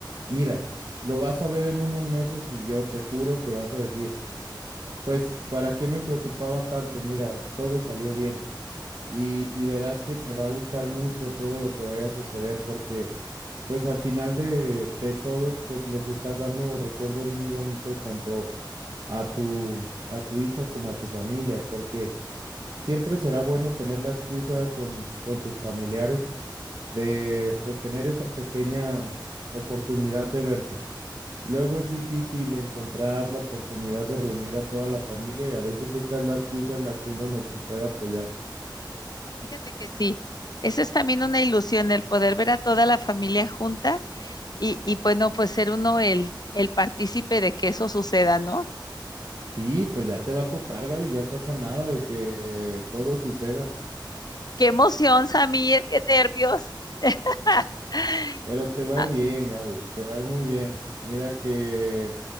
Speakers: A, on the right; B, on the left.
A: mira, lo vas a ver en unos meses y yo te juro que vas a decir, pues, ¿para qué me preocupaba tanto? Mira, todo salió bien y, y verás que te va a gustar mucho todo lo que vaya a suceder porque, pues, al final de, de todo, pues, les estás dando recuerdos muy bonitos tanto a tu, a tu hija como a tu familia, porque siempre será bueno tener la excusa con, con tus familiares de pues tener esa pequeña oportunidad de verse. Luego es difícil encontrar la oportunidad de reunir a toda la familia y a veces esta es la excusa en la que uno no se puede apoyar.
B: Fíjate que sí, esa es también una ilusión, el poder ver a toda la familia junta y, y bueno, pues ser uno el, el partícipe de que eso suceda, ¿no?
A: Sí, pues ya te va a tocar, Gaby, ya estás a nada de que todo suceda,
B: Qué emoción, Samir, qué nervios. <laughs>
A: pero te va a
B: Ah,
A: ir bien, Gaby, te va a ir muy bien. Mira que